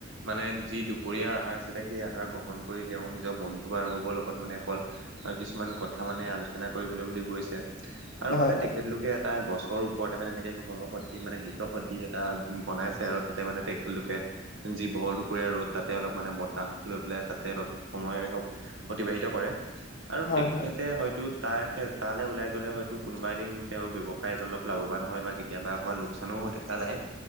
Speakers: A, on the right (about 70°); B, on the left (about 45°).
A: মানে যি দুপৰীয়াৰ আহাৰ আছিলে সেই আহাৰ গ্ৰহণ কৰি তেওঁ নিজৰ বন্ধু বাৰৰ্গৱৰ লগত মানে অকল। তাৰ কিছুমান কথা মানে আলোচনা কৰিবলৈ বুলি গৈছে। আৰু
B: হয়
A: মানে তেখেত লোকে এটা গছৰ ওপৰতে মানে এনেকে। ঘৰসদৃশ মানে গৃহ সদৃশ এটা বনাইছে আৰু তাতে মানে তেখেতলোকে। যি ভৰ দুপৰীয়া ৰ'দ তাতে অলপ মানে বতাহ লৈ পেলাই তাতে অলপ সময়। অতিবাহিত কৰে। আৰু
B: হয়
A: তেখেতে
B: হয়
A: হয়তো তাৰ তালে ওলাই গ'লে হয়তো কোনোবা এদিন তেওঁৰ ব্যৱ। সায়ত অলপ লাভৱান হয় বা কেতিয়াবা অকণমান লোকচানো দেখা যায়